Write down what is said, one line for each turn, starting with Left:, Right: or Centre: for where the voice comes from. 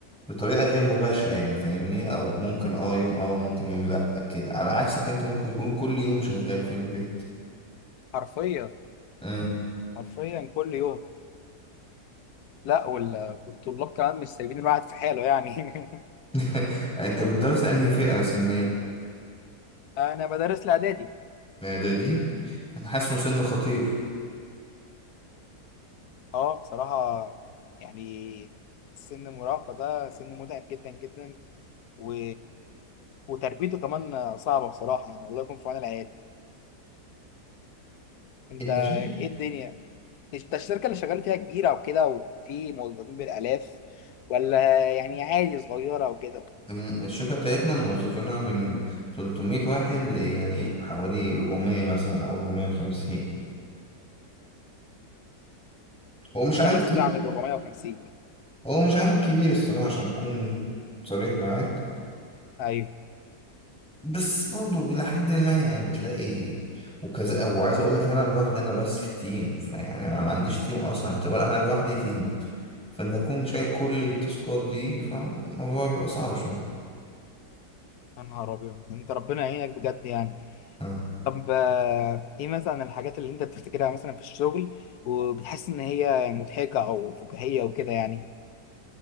Centre: بطريقة غير مباشرة يعني فاهمني أو ممكن اه يوم اه ممكن يوم لأ كده على عكسك انت ممكن يكون كل يوم شغال في البيت
Left: حرفيا
Centre: مم.
Left: حرفيا كل يوم لا وال- والطلاب كمان مش سايبين الواحد في حاله يعني <laughs>
Centre: <laughs> انت بتدرس لأنهي فئة سنية؟
Left: انا بدرس الاعدادي
Centre: إعدادي؟ أنا حاسه سن خطير
Left: اه بصراحه يعني سن المراهقه ده سن متعب جدا جدا و... وتربيته كمان صعبه بصراحه يعني الله يكون في عون العيال انت
Centre: انت
Left: ايه
Centre: شايف
Left: الدنيا انت الشركه اللي شغال فيها كبيره وكده وفي موظفين بالالاف ولا يعني عادي صغيره وكده
Centre: الم- الشركة بتاعتنا موظفينها من 300 واحد ل يعني حوالي 400 مثلا أو 450 هو مش
Left: انت
Centre: عدد
Left: مسؤول
Centre: كبير
Left: عن 450
Centre: هو مش عدد كبير الصراحة عشان أكون صريح معاك
Left: ايوه
Centre: بس برضو إلى حد ما يعني بتلاقي وكذا وعايز أقول لك إن أنا لوحدي أنا بس في التيم فيعني أنا ما عنديش تيم أصلا اعتبر أنا لوحدي تيم فأنت تكون شايل كل التاسكات دي فالموضوع بيبقى صعب شوية
Left: يا نهار ابيض انت ربنا يعينك بجد يعني
Centre: آه.
Left: طب آه، ايه مثلا الحاجات اللي انت بتفتكرها مثلا في الشغل وبتحس ان هي مضحكة او فكاهية وكده يعني